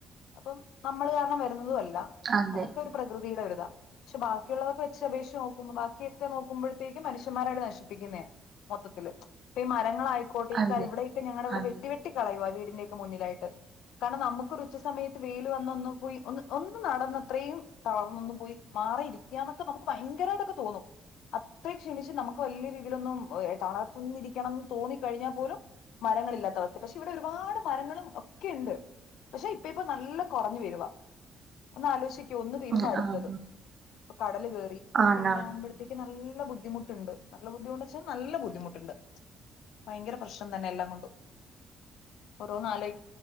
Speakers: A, on the left (about 80°); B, on the right (about 45°).
A: അപ്പം നമ്മൾ കാരണം വരുന്നതും അല്ല <unintelligible>
B: അതെ
A: അതൊക്കെ ഒരു പ്രകൃതിയുടെ ഒരു <unintelligible> ക്ഷെ ബാക്കിയുള്ളതൊക്കെ വെച്ച് അപേക്ഷിച്ച് നോക്കുമ്പോ ബാക്കിയൊക്കെ നോക്കുമ്പോഴത്തേക് <unintelligible> മനുഷ്യന്മാരായിട്ട് നശിപ്പിക്കുന്നതാ മൊത്തത്തില് ഇപ്പൊ ഈ മരങ്ങളായി കൊടി
B: അതെ
A: കാ ഇവിടൊക്കെ ഞങ്ങളവിടെ
B: അതെ
A: വെട്ടി വെട്ടി കളയുവ വീടിന്റെയക്കെ മുന്നിലായിട്ട് കാരണം നമുക്കൊരു ഉച്ച സമയത്ത് വെയില് വന്നൊന്ന് പോയി ഒ ഒന്ന് നടന്നത്രയും തളർന്നൊന്നു പോയി മാറിരിക്കന്നൊക്കെ നമുക്ക് ഭയങ്കരമായിട്ടൊക്കെ തോന്നും ത്ര ക്ഷണിച്ച് നമുക്ക് വലിയ രീതിയിലൊന്നും തളർത്തുന്നിരിക്കണംന്ന് തോന്ന കഴിഞ്ഞാൽ പോലും മരങ്ങളില്ലാത്ത അവസ്ഥ പക്ഷെ ഇവിടെ ഒരുപാട് മരങ്ങളും ഒക്കെ ഉണ്ട് പക്ഷെ ഇപ്പ ഇപ്പൊ നല്ല കുറഞ്ഞു വരുവാ ഒന്ന് ആലോചി ഒന്ന് തീരുമ്പോ
B: ഉം
A: അടുത്തത്
B: ആഹ്
A: ഇപ്പ കടല് കേറി ഇതൊക്കെ
B: ആണാണ്
A: എല്ലുമ്പോഴതേക്ക് നല്ല <unintelligible> ബുദ്ധിമുട്ടുണ്ട് നല്ല ബുദ്ധിമുട്ട വച്ചാൽ നല്ല ബുദ്ധിമുട്ടുണ്ട് ഭയങ്കര പ്രശ്നം തന്നെ എല്ലാം കൊണ്ടു ഓരോ നാലായി